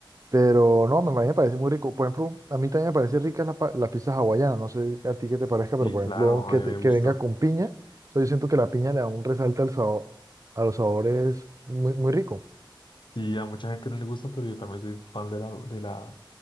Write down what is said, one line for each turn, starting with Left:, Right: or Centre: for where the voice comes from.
Right: Pero no, me, a mí me parece muy rico. Por ejemplo, a mí también me parece rica la, pa- la pizza hawaiana, no sé a ti qué te parezca, pero
Left: sí,
Right: por
Left: claro,
Right: ejemplo, que,
Left: a mí
Right: te-
Left: me
Right: que
Left: gusta.
Right: venga con piña, o sea, yo siento que la piña le da un resalte al sabor, a los sabores muy, muy rico.
Left: Sí, a mucha gente no le gusta, pero yo también soy fan de la, de la,